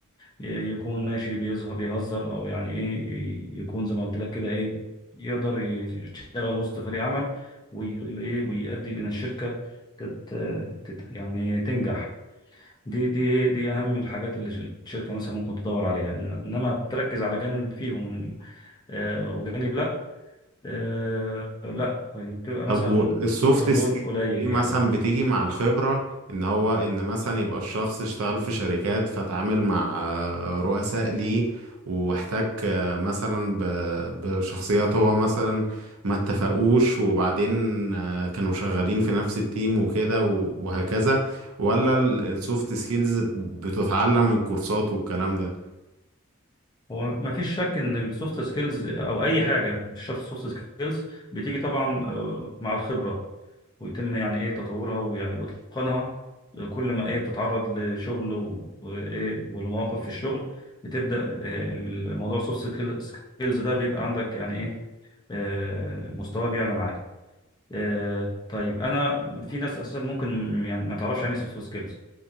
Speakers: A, on the left; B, on the right.
A: ي- يكون ماشي بيظهر بيهزر أو يعني إيه ي- يكون زي ما قلت لك كده إيه يقدر يشتغل وسط فريق عمل وي- وإيه، ويؤدي لأن الشركة تت تت يعني تنجح دي دي إيه؟ دي اهم الحاجات اللي الشركه مثلا ممكن تدور عليها إن- انما تركز على جانب فيهم آه، وجانب لا آه، لا طيب بتبقى
B: طب
A: مثلا
B: السوفت
A: نقدر نقول
B: سكيل
A: قليل
B: دي مثلا
A: يعني
B: بتيجي مع الخبرة ان هو ان مثلا يبقى الشخص اشتغل في شركات فتعامل مع آه، رؤساء ليه واحتك آه، مثلا ب- بشخصيات هو مثلا ما اتفقوش وبعدين آه، كانوا شغالين في نفس التيم وكده و- وهكذا ولا السوفت سكيلز بتتعلم من الكورسات والكلام ده
A: هو ما فيش شك ان السوفت سكيلز او اي حاجه مش شرط السوفت سكيلز بتيجي طبعا آه، مع الخبره ويتم يعني ايه تطورها ويعني واتقانها كل ما ايه بتتعرض لشغل و- وايه ولمواقف في الشغل بتبدا آه، الموضوع سوفت سكيلز ده بيبقى عندك يعني ايه آه، مستواه بيعلى معاك آه، طيب انا في ناس اساسا ممكن يعني ما تعرفش يعني ايه سوفت سكيلز